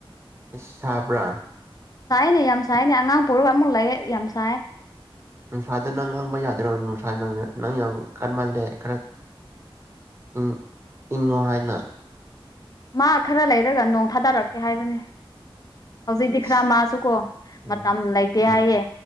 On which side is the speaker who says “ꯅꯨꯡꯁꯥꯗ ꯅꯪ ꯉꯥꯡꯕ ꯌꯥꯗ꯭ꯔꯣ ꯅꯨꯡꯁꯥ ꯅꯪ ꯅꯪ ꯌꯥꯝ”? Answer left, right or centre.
Right